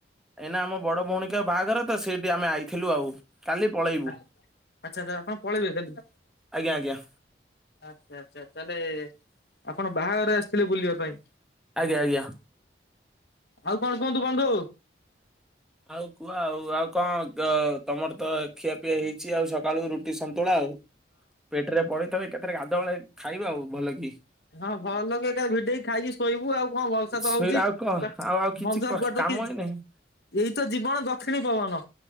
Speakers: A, in the centre; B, on the left (about 60°).
A: ଏଇନା ଆମ ବଡ ଭଉଣୀଙ୍କ ବାହାଘର ତ ସେଇଠି ଆମେ ଆଇଥିଲୁ ଆଉ। କାଲି ପଳେଇବୁ
B: ଆଚ୍ଛା ଆଚ୍ଛା ଆପଣ ପଳେଇବେ କାଲି।
A: ଆଜ୍ଞା ଆଜ୍ଞା
B: ଆଚ୍ଛା ଆଚ୍ଛା ତାହେଲେ ଆପଣ ବାହାଘରରେ ଆସିଥିଲେ ବୁଲିବା ପାଇଁ।
A: ଆଜ୍ଞା ଆଜ୍ଞା
B: ଆଉ କଣ କୁହନ୍ତୁ ବନ୍ଧୁ।
A: ଆଉ କୁହ ଆଉ ଆଉ କଣ ତ ତମର ତ ଖିଆପିଆ ହେଇଚି ଆଉ ସକାଳୁ ରୁଟି ସନ୍ତୁଳା ଆଉ। ପେଟରେ ପଡିଥିବ ଏକାଥରେ ଗାଧୁବେଳେ ଖାଇବା ଆଉ ଭଲ କି।
B: ହଁ ଭଲ କି ଭିଡେଇକି ଖାଇକି ଶୋଇବୁ ଆଉ କଣ ବର୍ଷା ତ
A: ଶୋଇ
B: ହଉଛି
A: ଆଉ କଣ ଆଉ କିଛି
B: ବନ୍ଧୁ ଆଉ କୁଆଡ୍ ତ କିଛ
A: <inaudible>
B: ଏଇ ତ ଜୀବନ ଦକ୍ଷିଣୀ ପବନ